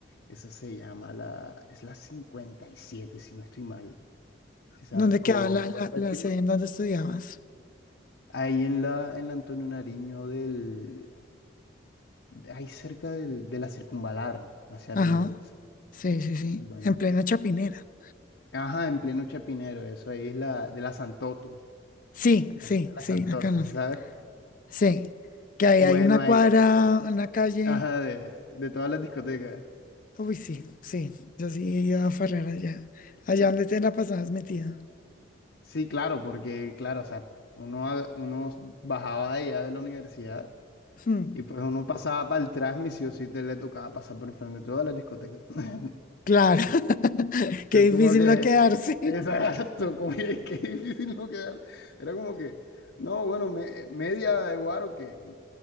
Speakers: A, on the left; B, on the left.
A: eso se llama la, es la 57 si no estoy mal, si sabes,
B: ¿Dónde
A: con,
B: quedaba la,
A: con
B: la,
A: séptima.
B: la sede en donde estudiabas?
A: Ahí en la, en la Antonio Nariño del, ahí cerca del, de la circunvalar, hacia
B: Ajá.
A: arriba.
B: Sí, sí, sí.
A: Bueno.
B: En plena Chapinera.
A: Ajá, en pleno Chapinero, eso ahí es la de la Santoto,
B: Sí,
A: la
B: sí,
A: zona de la
B: sí,
A: Santoto,
B: acá no.
A: ¿sí sabes?
B: Sí, que ahí
A: Bueno,
B: hay una
A: ahí,
B: cuadra, una calle.
A: ajá, de, de todas las discotecas.
B: Uy, sí, sí, yo sí iba a farrear allá. Allá donde te la pasabas metido.
A: Sí, claro, porque, claro, o sea, uno, a- uno bajaba de allá de la universidad
B: Hmm,
A: y pues uno pasaba para el transmisio, sí o sí te le tocaba pasar por enfrente de todas las discotecas. <laughs>
B: Claro, <laughs>
A: O sea,
B: qué
A: como
B: difícil
A: que,
B: no quedarse.
A: exacto, como que <laughs> qué difícil no quedar. Era como que, no, bueno, me- media de guaro que,